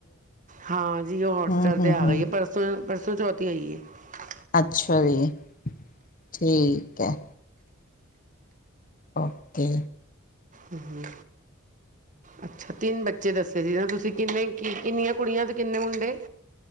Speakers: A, on the right; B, on the left.
A: ਹਾਂ ਜੀ ਜੀਓ ਹੋਟਸਟਾਰ
B: ਹੂੰ ਹੂੰ
A: ਤੇ ਆ
B: ਹੂੰ
A: ਗਈ ਹੈ ਪਰਸੋ <unintelligible>
B: ਅੱਛਾ ਜੀ ਠੀਕ ਹੈ ਓਕੇ
A: ਹ ਅੱਛਾ ਤਿੰਨ ਬੱਚੇ ਦੱਸੇ ਸੀ ਨਾ ਤੁਸੀਂ ਕਿੰਨੇ ਕਿੰਨੀਆਂ ਕੁੜੀਆਂ ਤੇ ਕਿੰਨੇ ਮੁੰਡੇ